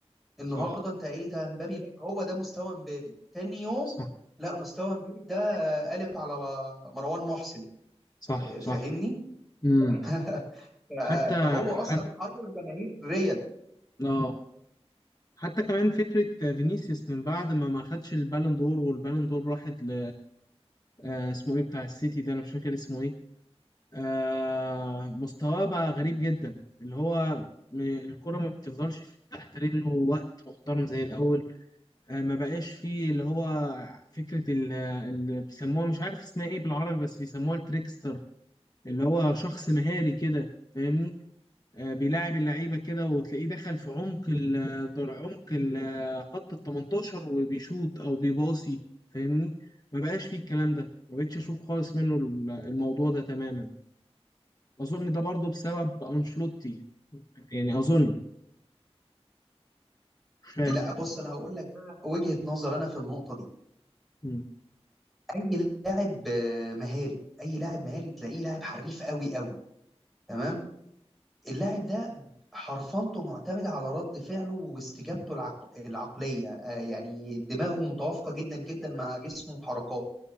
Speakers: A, in the centre; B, on the left (about 35°).
A: النهارده
B: صح
A: انت ايه ده امبابي لا هو ده مستوى امبابي تاني يوم
B: صح
A: لا مستوى امبابي ده آه، قالب على مروان محسن
B: صح
A: آه، فاهمني
B: صح مم.
A: <laughs> ف-
B: حتى
A: فهو
B: حتى
A: اصلا حير جماهير ريال
B: اه حتى كمان فكرة فينيسيوس من بعد ما ما خدش البالون دور والبالون دور راحت ل آه اسمه ايه بتاع السيتي ده انا مش فاكر اسمه ايه آه مستواه بقى غريب جدا اللي هو م- الكرة ما بتفضلش تحت رجله وقت محترم زي الأول آه، ما بقاش فيه اللي هو فكرة ال- اللي بيسموها مش عارف اسمها ايه بالعربي بس بيسموها التريكستر اللي هو شخص مهاري كده فاهمني آه، بيلاعب اللعيبة كده وتلاقيه دخل في عمق ال عمق ال خط ال 18 وبيشوط او بيباصي فاهمني ما بقاش فيه الكلام ده ما بقتش اشوف خالص منه ال- الموضوع ده تماما اظن ده برضه بسبب انشلوتي يعني اظن مش فاهم
A: لا بص انا هقول لك بقى وجهة نظر انا في النقطه دي
B: مم.
A: اي لاعب آه، مهاري اي لاعب مهاري تلاقيه لاعب حريف قوي قوي تمام اللاعب ده حرفنته معتمدة على رد فعله واستجابته العق... العقلية آه يعني دماغه متوافقة جدا جدا مع جسمه وحركاته